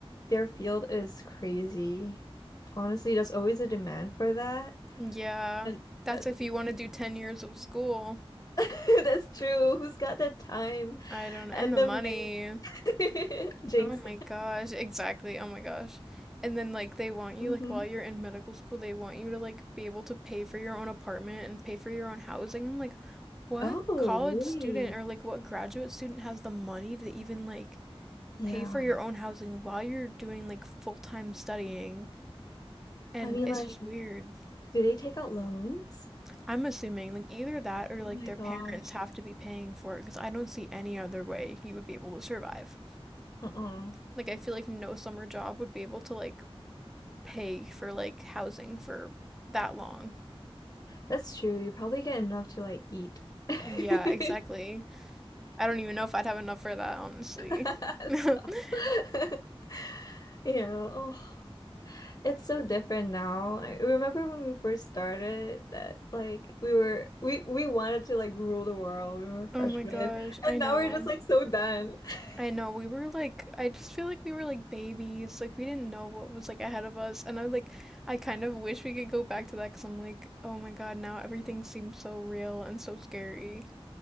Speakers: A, on the left; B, in the centre.
A: their field is crazy. Honestly, there's always a demand for that.
B: Yeah.
A: And
B: That's
A: that,
B: if you want to do 10 years of school.
A: <laughs> that's true. Who's got the time
B: I don't,
A: and
B: and the
A: the
B: money.
A: money? <laughs> Jinx.
B: Oh my gosh. Exactly. Oh my gosh. And then, like, they want you,
A: hmm
B: like, while you're in medical school, they want you to, like, be able to pay for your own apartment and pay for your own housing. I'm like, what
A: Oh,
B: college
A: really?
B: student or, like, what graduate student has the money to even, like,
A: Yeah.
B: pay for your own housing while you're doing like full-time studying. And
A: I mean,
B: it's
A: like,
B: just weird.
A: do they take out loans?
B: I'm assuming like either that or
A: Oh my
B: like their
A: gosh.
B: parents have to be paying for it because I don't see any other way you would be able to survive.
A: Uh-uh.
B: Like I feel like no summer job would be able to like pay for like housing for that long.
A: That's true. You probably get enough to like eat. <laughs>
B: Yeah, exactly. I don't even know if I'd have enough for that, honestly.
A: Stop.
B: <laughs>
A: <laughs> Yeah. Oh, it's so different now. I remember when we first started that like we were we we wanted to like rule the world. We were freshmen,
B: Oh my gosh, I
A: and
B: know.
A: now we're just like so done. <laughs>
B: I know we were like I just feel like we were like babies. Like we didn't know what was like ahead of us. And I like I kind of wish we could go back to that cuz I'm like, "Oh my god, now everything seems so real and so scary."